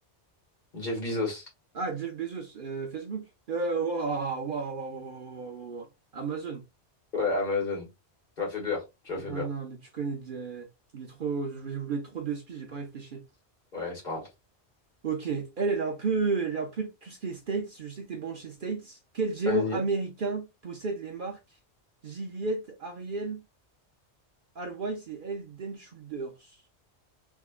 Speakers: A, on the left; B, on the right.
A: Jeff Bezos.
B: Ah, Jeff Bezos, euh, Facebook. Euh, waouh, waouh, waouh, waouh, waouh, waouh, waouh. Amazon.
A: Ouais, Amazon. Tu m'as fait peur. Tu m'as
B: Non,
A: fait peur.
B: non, mais tu connais, euh, il est trop, je voulais je voulais trop de spies, j'ai pas réfléchi.
A: Ouais, c'est pas grave.
B: Ok, elle, elle est un peu, elle est un peu tout ce qui est States. Je sais que t'es bon chez States. Quel géant
A: Vas-y.
B: américain possède les marques Gillette, Ariel, Always et Head and Shoulders?